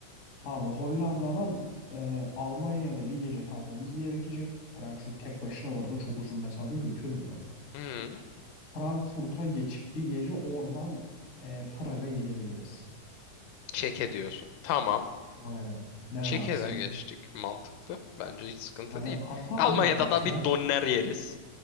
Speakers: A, on the left; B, on the left.
A: Pardon Hollanda'dan e, Almanya'da bir gece kalmamız gerekecek. Tren çünkü tek başına orada çok uzun mesafe götürmüyor.
B: hmm,
A: Frankfurt'a geçip bir gece oradan e, Prag'a gidebiliriz.
B: Çek'e diyorsun. Tamam.
A: Aynen. Ne
B: Çek'e
A: dersin?
B: geçtik. Mantıklı. Bence hiç sıkıntı
A: Hani
B: değil.
A: hatta
B: Almanya'da
A: evet bak
B: da
A: tren
B: bir doner yeriz.